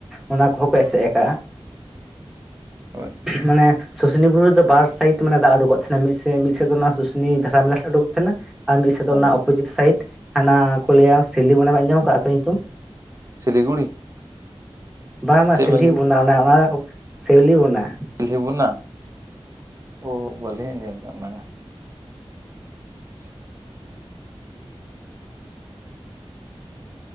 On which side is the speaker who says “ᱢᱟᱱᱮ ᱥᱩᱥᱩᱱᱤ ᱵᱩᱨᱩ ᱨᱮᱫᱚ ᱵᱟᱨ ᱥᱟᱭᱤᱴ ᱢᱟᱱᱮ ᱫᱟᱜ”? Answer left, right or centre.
Centre